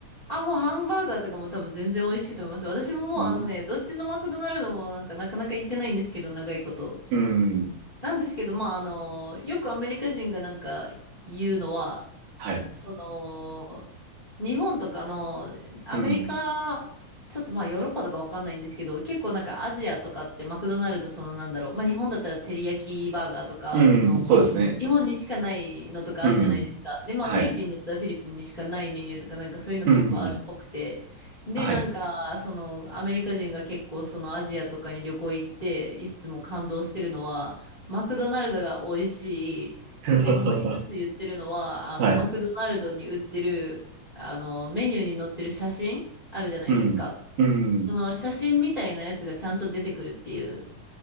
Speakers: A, on the left (about 40°); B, on the right (about 80°).
A: あ、もうハンバーガーとかも多分全然美味しいと思います。私ももうあのね、
B: うん。
A: どっちのマクドナルドもなんかなかなか行ってないんですけど、長いこと。
B: うん。
A: なんですけど、まああの、よくアメリカ人がなんか言うのは、
B: はい。
A: その、日本とかの、アメリカ、
B: うん。
A: ちょっとまあヨーロッパとかわかんないんですけど、結構なんかアジアとかってマクドナルドそのなんだろう、まあ日本だったらテリヤキバーガーとか、
B: うん。
A: その、
B: そうですね。
A: 日本にしかないのとかあるじゃないですか。
B: うん。
A: で、まあフィリピンだったらフィリピンにしかないメニューとかなんかそういうの結構あるっぽくて。
B: はい。うん。
A: で、
B: はい。
A: なんかそのアメリカ人が結構そのアジアとかに旅行行っていつも感動してるのはマクドナルドが美味しい。
B: <laughs>
A: で、もう一つ言ってるのはあのマクドナルドに売ってるあのメニューに載ってる写真あるじゃないですか。
B: はい。うん。うん。
A: その写真みたいなやつがちゃんと出てくるっていう。